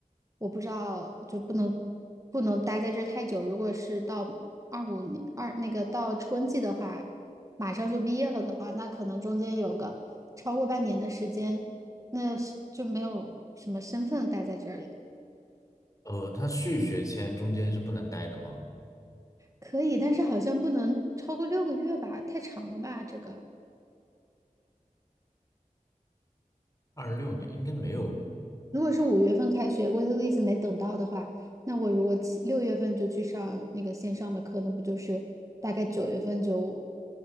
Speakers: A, on the right; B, on the left.
A: 我不知道就不能不能待在这儿太久。如果是到二五年二那个到春季的话，马上就毕业了的话，那可能中间有个超过半年的时间。那是就没有什么身份待在这儿了。
B: 呃，他续学签中间是不能待的吗？
A: 可以，但是好像不能超过六个月吧，太长了吧？这个，
B: 二六年应该没有
A: 如果是五月份开学，waitlist 没等到的话，那我如果七六月份就去上那个线上的课，那不就是大概九月份就